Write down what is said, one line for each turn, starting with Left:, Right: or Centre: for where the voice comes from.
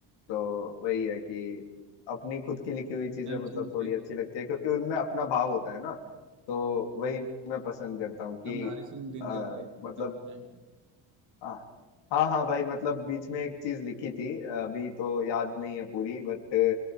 Left: तो वही है कि अपनी खुद की लिखी हुई चीजें
Right: प्रेमचंद
Left: मतलब थोड़ी
Right: की
Left: अच्छी लगती है क्योंकि उनमें अपना भाव होता है ना तो वही मैं पसंद करता हूँ कि
Right: नामधारी सिंह दिनकर
Left: आ,
Right: के कविताएं
Left: मतलब हाँ हाँ हाँ भाई मतलब बीच में एक चीज लिखी थी अभी तो याद नहीं है पूरी बट